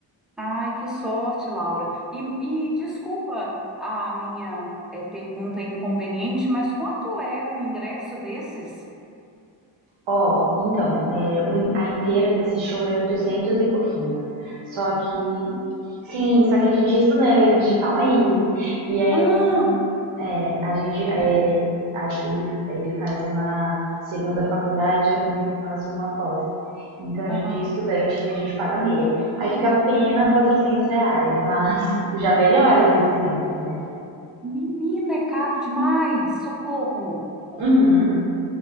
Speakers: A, in the centre; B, on the right (about 70°).
A: Ai, que sorte, Laura. E, e desculpa a minha eh, pergunta inconveniente, mas quanto é um ingresso desses?
B: Ó, oh, então, é, o a inteira desse show é 800 e pouquinho. Só que, sim, só que a gente é estudante, calma aí. E aí
A: Ah,
B: É, a gente, é, a- ele, ele faz uma segunda faculdade, eu também faço uma pós. Então a
A: aham.
B: gente é estudante, então a gente paga meia. Aí fica apenas 400 reais, <laughs> mas já melhora de 800 né?
A: Menina, é caro demais. Socorro.
B: Uhum.